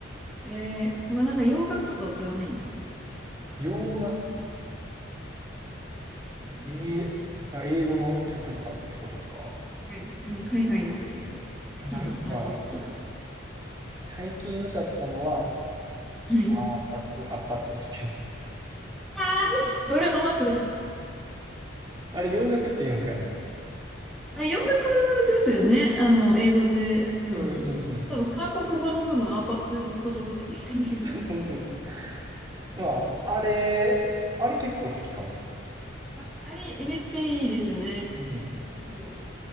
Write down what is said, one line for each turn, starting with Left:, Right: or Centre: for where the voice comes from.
Centre: えー、他なんか洋楽とか歌わないんですか
Right: う。洋楽
Centre: うん。
Right: えー、だ英語の曲とかってことですか
Centre: はい。うん、海外のアーティスト。好きなアーティストとか。
Right: え、なんか、最近歌ったのは、
Centre: はい。
Right: あーアッパッツ、アッパッツってやつ。
Centre: ああ、ブルーノ・マーズ
Right: あれ、洋楽って言うんですかね。
Centre: あ、洋楽ですよね。あの、英語で、うん。
Right: うんうんうん。
Centre: 多分、韓国語の部分、アーパーツのところだけしかないです。
Right: そうそうそう。まあ、あれ、あれ結構好きかも。
Centre: <laughs> あれ、めっちゃいいですよね。
Right: うん。
Centre: そう、